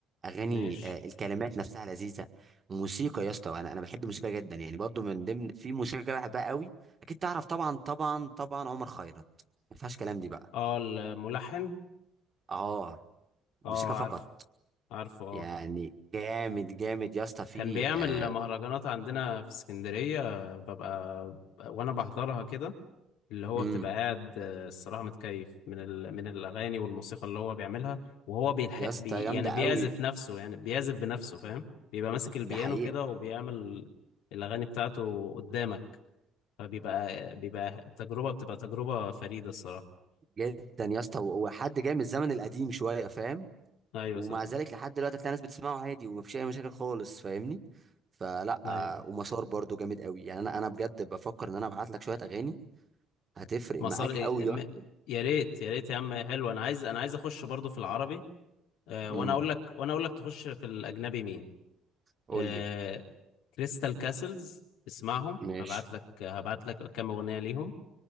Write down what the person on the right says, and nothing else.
اغاني
آه، الكلمات نفسها لذيذه موسيقى يا اسطى انا انا بحب الموسيقى جدا يعني برضو من ضمن في موسيقى كده بحبها قوي اكيد تعرف طبعا طبعا طبعا عمر خيرت ما فيهاش كلام دي بقى
اه موسيقى
فقط
يعني جامد جامد يا اسطى في
آه،
امم
يا اسطى
جامده
قوي
ده حقيقه
جدا يا اسطى هو هو حد جاي من الزمن القديم شويه فاهم
ومع
ذلك لحد دلوقتي هتلاقي ناس بتسمعه عادي ومفيش اي مشاكل خالص فاهمني فلا
آه، ومسار برضو جامد قوي يعني انا انا بجد بفكر ان انا ابعت لك شويه اغاني هتفرق
معاك
قوي يا
اسطى.
امم
قول
لي
ماشي